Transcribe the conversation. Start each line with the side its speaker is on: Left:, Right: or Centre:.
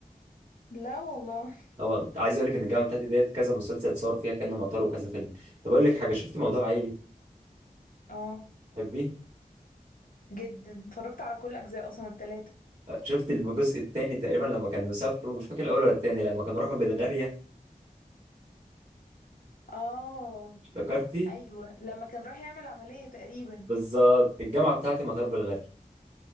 Left: لا والله
Right: هو عايز اقول لك ان الجامعه بتاعتي ديت كذا مسلسل اتصور فيها كأنه مطار وكذا فيلم طب اقول لك حاجه شفت موضوع عائلي
Left: اه
Right: تحبيه
Left: جدا اتفرجت على كل اجزاء اصلا التلاتة
Right: شفت الجزء الثاني تقريبا لما كانوا سافروا مش فاكر الاول ولا الثاني لما كانوا راحوا بلغاريا
Left: اه
Right: افتكرتي
Left: ايوه لما كان رايح يعمل عملية تقريبا
Right: بالظبط الجامعه بتاعتي مطار بالغالي